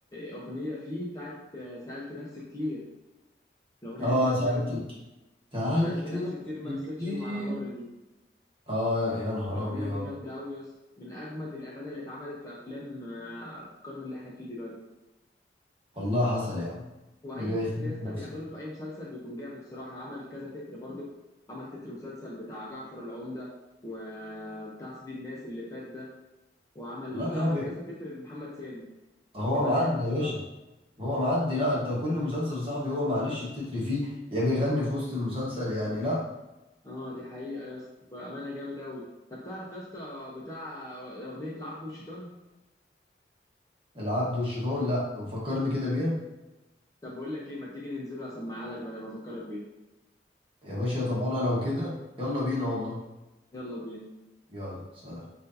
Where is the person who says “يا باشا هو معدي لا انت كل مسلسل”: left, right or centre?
Right